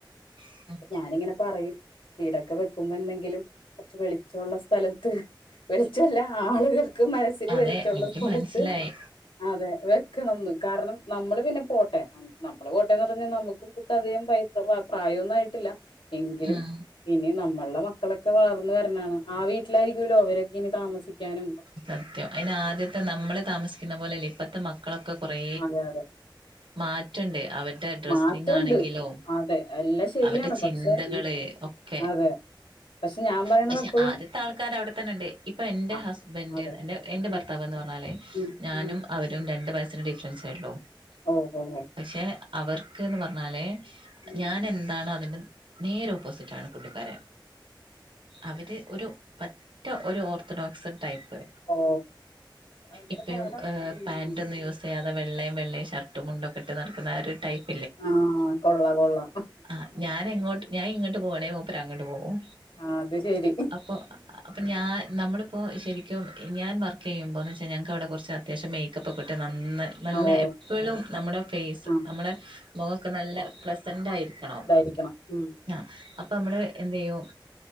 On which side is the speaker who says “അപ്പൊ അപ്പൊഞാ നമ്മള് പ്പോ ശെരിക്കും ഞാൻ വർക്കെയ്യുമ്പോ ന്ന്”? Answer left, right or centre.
Right